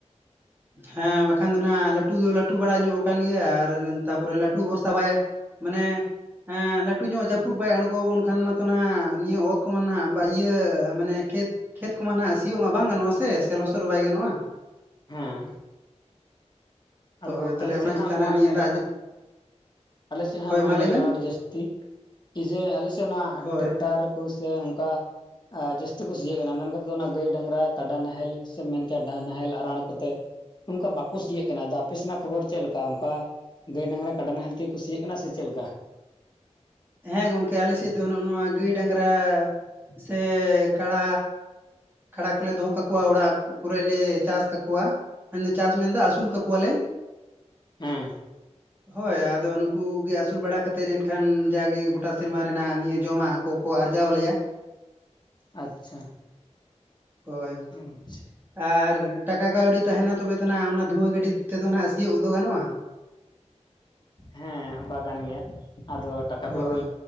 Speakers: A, on the right; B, on the left.
A: ᱦᱮᱸ ᱵᱟᱠᱷᱟᱱ ᱫᱚ ᱦᱟᱜ ᱞᱟᱹᱴᱩ ᱫᱚ ᱞᱟᱹᱴᱩ ᱵᱟᱲᱟ ᱧᱚᱜ ᱟᱠᱟᱱ ᱜᱮᱭᱟ, ᱟᱨ ᱛᱟᱯᱚᱨᱮ ᱞᱟᱹᱴᱩ ᱵᱷᱚᱨᱥᱟ ᱵᱟᱭᱼᱼ ᱢᱟᱱᱮᱼᱼ ᱞᱟᱹᱴᱩ ᱧᱚᱜ ᱡᱟᱹᱯᱩᱫ ᱵᱟᱭ ᱟᱬᱜᱚᱣᱟᱵᱚᱱ ᱠᱷᱟᱱ ᱢᱟᱛᱚ ᱱᱟᱜ ᱱᱤᱭᱟᱹ ᱚᱛ ᱠᱚᱢᱟ ᱦᱟᱸᱜ ᱵᱟ ᱤᱭᱟᱹ ᱢᱟᱱᱮ ᱠᱷᱮᱛᱼᱼ ᱠᱷᱮᱛ ᱠᱚᱢᱟ ᱱᱟᱜ ᱥᱤᱭᱳᱜ ᱢᱟ ᱵᱟᱝ ᱜᱟᱱᱚᱜᱼᱟ ᱥᱮ, ᱥᱮ ᱞᱚᱥᱚᱫ ᱦᱚᱸ ᱵᱟᱭ ᱜᱟᱱᱚᱜᱼᱟ ᱾
B: ᱦᱩᱸ
A: ᱦᱳᱭ
B: ᱟᱫᱚ
A: ᱛᱟᱦᱚᱞᱮ
B: ᱟᱞᱮᱥᱮᱫ
A: ᱚᱱᱟ
B: ᱦᱟᱜ
A: ᱪᱮᱛᱟᱱ
B: ᱱᱚᱣᱟ
A: ᱦᱟᱸᱜ ᱱᱤᱭᱟᱹ
B: ᱧᱮᱞ
A: ᱫᱟᱜ
B: ᱠᱟᱱᱟᱼᱼ ᱟᱞᱮᱥᱮᱫ ᱦᱟᱸᱜ
A: ᱦᱳᱭ
B: ᱱᱚᱣᱟ
A: ᱢᱟ
B: ᱧᱮᱞ
A: ᱞᱟᱹᱭ
B: ᱟᱠᱟᱱᱟ
A: ᱵᱮᱱ
B: ᱟᱹᱰᱤ ᱡᱟᱹᱥᱛᱤ ᱠᱤ ᱡᱮ ᱟᱞᱮᱥᱮᱫ ᱱᱟᱜ
A: ᱦᱳᱭ
B: ᱴᱮᱠᱴᱟᱨᱼᱼ ᱠᱩ ᱥᱮ ᱚᱱᱠᱟᱼᱼ ᱡᱟᱹᱥᱛᱤ ᱠᱚ ᱠᱩᱥᱤᱭᱟᱜ ᱠᱟᱱᱟ ᱢᱮᱱᱠᱷᱟᱱ ᱫᱚ ᱚᱱᱟ ᱜᱟᱹᱭ ᱰᱟᱝᱨᱟ ᱠᱟᱰᱟ ᱱᱟᱦᱮᱞ ᱥᱮ ᱢᱮᱱ ᱠᱮᱭᱟ ᱰᱟᱝ ᱱᱟᱦᱮᱞ ᱟᱨᱟᱲ ᱠᱚᱛᱮᱼᱼ ᱱᱚᱝᱠᱟ ᱵᱟᱠᱚ ᱥᱤᱭᱜ ᱠᱟᱱᱟ, ᱟᱫᱚ ᱟᱯᱮ ᱥᱮᱱᱟᱜ ᱠᱷᱚᱵᱚᱨ ᱪᱮᱫ ᱞᱮᱠᱟ ᱚᱱᱠᱟ ᱜᱟᱹᱭ ᱰᱟᱝᱨᱟ ᱠᱟᱰᱟ ᱱᱟᱦᱮᱞ ᱛᱮᱼᱼ ᱠᱩ ᱥᱤᱭᱟᱜ ᱠᱟᱱᱟ ᱥᱮ ᱪᱮᱫ ᱞᱮᱠᱟ?
A: ᱦᱮᱸ ᱜᱚᱝᱠᱮ ᱟᱞᱮ ᱥᱮᱫ ᱫᱚ ᱱᱚᱜᱼᱚ ᱱᱚᱣᱟ ᱜᱟᱹᱭ ᱰᱟᱝᱨᱟ ᱥᱮ ᱠᱟᱲᱟᱼᱼ ᱠᱟᱰᱟ ᱠᱚᱞᱮ ᱫᱚᱦᱚ ᱠᱟᱠᱚᱣᱟ ᱚᱲᱟᱜ ᱠᱚᱨᱮ ᱞᱮ ᱪᱟᱥ ᱠᱟᱠᱚᱣᱟ ᱾ ᱢᱮᱱ ᱫᱚ ᱪᱟᱥ ᱢᱮᱱᱫᱟ ᱟᱹᱥᱩᱞ ᱠᱟᱠᱚᱣᱟᱞᱮ ᱾
B: ᱦᱮᱸ
A: ᱦᱳᱭ ᱟᱫᱚ ᱱᱩᱠᱩ ᱜᱮ ᱟᱹᱥᱩᱞ ᱵᱟᱲᱟᱼᱼ ᱠᱟᱛᱮᱫ ᱮᱱᱠᱷᱟᱱ ᱡᱟᱜᱮ ᱜᱚᱴᱟ ᱥᱮᱨᱢᱟ ᱨᱮᱱᱟᱜ ᱱᱤᱭᱟᱹ ᱡᱚᱢᱟᱜ ᱠᱚᱠᱚ ᱟᱨᱡᱟᱣ ᱟᱞᱮᱭᱟ ᱾
B: ᱟᱪᱪᱷᱟ ᱾
A: ᱦᱚᱭ
B: ᱟᱪᱪᱷᱟ ᱾
A: ᱟᱨ ᱴᱟᱠᱟ ᱠᱟᱹᱣᱰᱤ ᱛᱟᱦᱮᱱᱟ ᱛᱚᱵᱮ ᱱᱟᱜ ᱚᱱᱟ ᱫᱷᱩᱣᱟᱹ ᱜᱟᱹᱰᱤ ᱛᱮᱫᱚ ᱱᱟᱜ ᱥᱤᱭᱳᱜ ᱫᱚ ᱜᱟᱱᱚᱜᱼᱟ ᱾
B: ᱦᱮᱸ ᱚᱱᱠᱟ ᱠᱟᱱ ᱜᱮᱭᱟ, ᱟᱫᱚ ᱴᱟᱠᱟ
A: ᱦᱳᱭ
B: ᱠᱚ